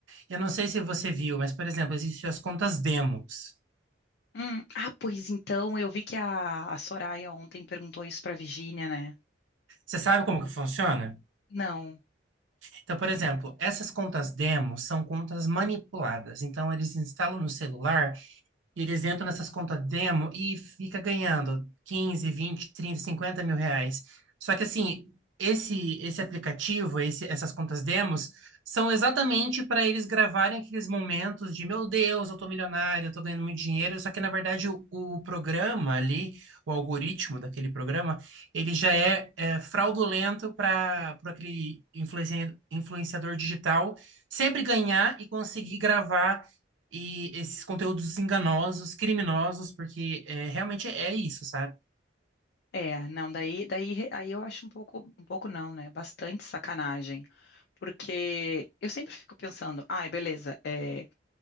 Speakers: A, on the right; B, on the left.
A: Eu não sei se você viu, mas, por exemplo, existem as contas demos.
B: Hum, ah, pois então, eu vi que a, a Soraya ontem perguntou isso pra virginia né?
A: Você sabe como que funciona?
B: Não.
A: Então, por exemplo, essas contas demos são contas manipuladas. Então, eles instalam no celular E eles entram nessas contas demo e fica ganhando 15, 20, 30, cinquenta mil reais. Só que assim, esse esse aplicativo, esse, essas contas demos, são exatamente para eles gravarem aqueles momentos de meu Deus, eu tô milionário, eu tô ganhando muito dinheiro. Só que na verdade o, o programa ali, o algoritmo daquele programa, ele já é, é, fraudulento para aquele influenci-
B: Hum.
A: influenciador digital sempre ganhar e conseguir gravar e esses conteúdos enganosos, criminosos, porque é, realmente é isso, sabe?
B: É, não, daí, daí re- aí eu acho um pouco, um pouco não, né? Bastante sacanagem. Porque eu sempre fico pensando, ai, beleza, é,